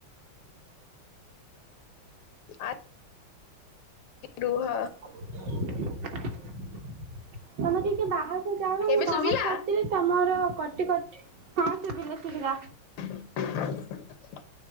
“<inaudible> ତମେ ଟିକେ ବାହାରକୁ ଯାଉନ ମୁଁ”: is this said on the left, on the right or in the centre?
Right